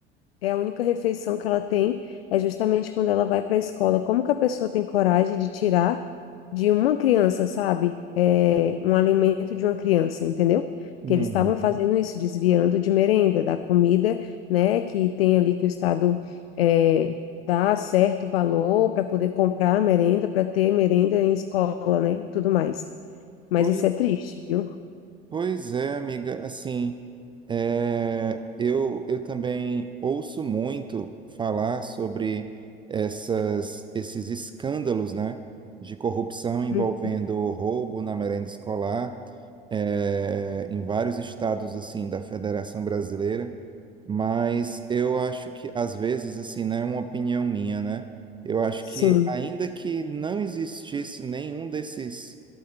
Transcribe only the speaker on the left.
É a única refeição que ela tem é justamente quando ela vai para a escola. Como que a pessoa tem coragem de tirar de uma criança, sabe? É, um alimento de uma criança, entendeu?
Que eles estavam fazendo isso, desviando de merenda, da comida, né? Que tem ali que o Estado é, dá certo valor para poder comprar merenda, para ter merenda em escola, né? e Tudo mais. Mas
isso é triste, viu?
Hum,
Sim.